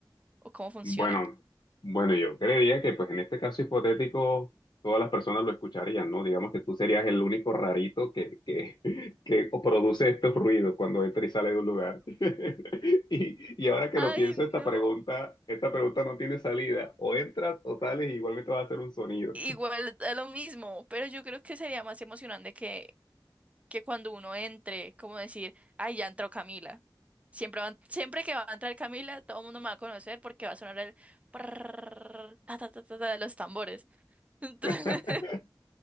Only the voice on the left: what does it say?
Bueno, bueno, yo creería que pues en este caso hipotético todas las personas lo escucharían, ¿no? Digamos que tú serías el único rarito que, que, <laughs> que produce estos ruidos cuando entra y sale de un lugar. <laughs> Y, y ahora que
lo pienso, esta
pregunta, esta pregunta no tiene salida. O entras o sales y igualmente vas a hacer un sonido.
<laughs>